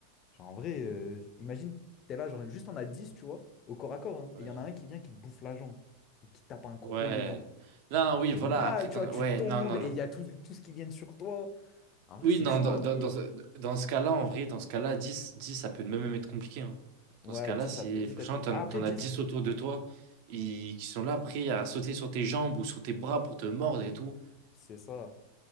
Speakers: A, on the left (about 30°); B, on the right (about 45°).
A: Genre, en vrai, euh, imagine, t'es là, genre, juste on a 10 tu vois, au corps à corps, hein,
B: Ouais.
A: et il y en a un qui vient, qui te bouffe la jambe, qui, qui tape un croc
B: Ouais.
A: dedans.
B: Non,
A: Ça
B: oui,
A: fait
B: voilà.
A: mal,
B: Après, dans-
A: tu vois, tu
B: ouais,
A: tombes
B: non, non,
A: et
B: non.
A: il y a tout, tout ce qui vient sur toi. En vrai,
B: Oui,
A: c'est
B: non,
A: chaud
B: dans,
A: un
B: dans,
A: peu.
B: dans ce dans ce cas-là, en vrai, dans ce cas-là, dix dix ça peut même être compliqué. hein.
A: Ouais,
B: Dans ce cas-là,
A: 10
B: si
A: ça peut vite
B: franchement,
A: être... compl-
B: t'en,
A: Ah, après,
B: t'en
A: dix
B: as 10 autour de toi ils- qui sont là prêts à sauter sur tes jambes ou sur tes bras pour te mordre et tout,
A: c'est ça.